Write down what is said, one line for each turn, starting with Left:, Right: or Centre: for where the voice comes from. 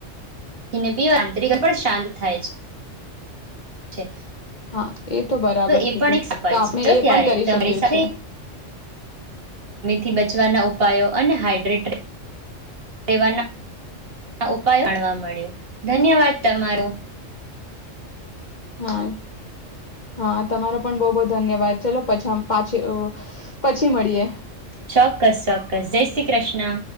Right: <unintelligible> આંતર પણ શાંત થાય છે. છે.
Left: હા! એ તો બરાબર
Right: એ
Left: કીધું.
Right: પણ એક ઉપાય
Left: તો, આપણે
Right: છે
Left: એ
Right: ત્યારે
Left: પણ કરી
Right: તમારી
Left: શકીએ
Right: સાથે
Left: છે.
Right: થી બચવાના ઉપાયો અને હાઇડ્રેટ તેવાના <unintelligible> ઉપાય <unintelligible> જાણવા મળ્યું. ધન્યવાદ તમારો.
Left: હા! હા! તમારો પણ બહુ બહુ ધન્યવાદ. ચલો, <unintelligible> પછી મળીએ.
Right: ચોક્કસ. ચોક્કસ. જય શ્રી કૃષ્ણ.